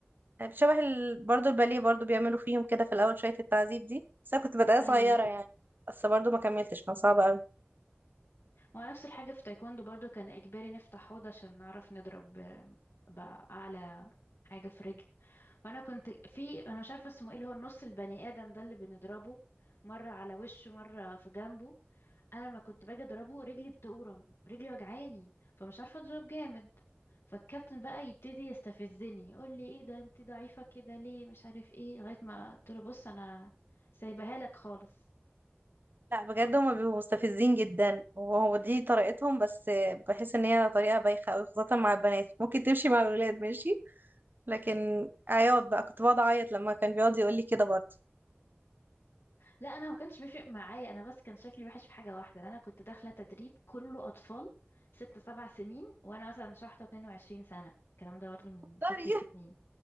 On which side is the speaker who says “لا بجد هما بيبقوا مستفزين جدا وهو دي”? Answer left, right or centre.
Right